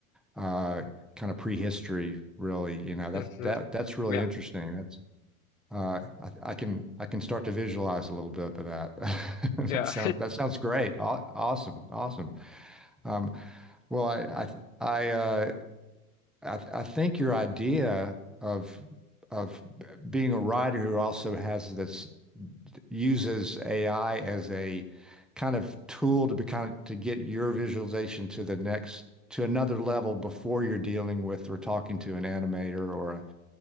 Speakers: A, in the centre; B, on the left (about 65°).
A: uh, kind of prehistory, really. You know, that's
B: hmm
A: that that's really
B: Yeah,
A: interesting. That's uh, I, I can I can start to visualize a little bit of that. <laughs>
B: yeah.
A: That sounds that sounds great. Aw awesome. Awesome. Um, well, I I I, uh, I I think your idea of of being a writer who also has this uses AI as a kind of tool to be kind of to get your visualization to the next to another level before you're dealing with or talking to an animator or a,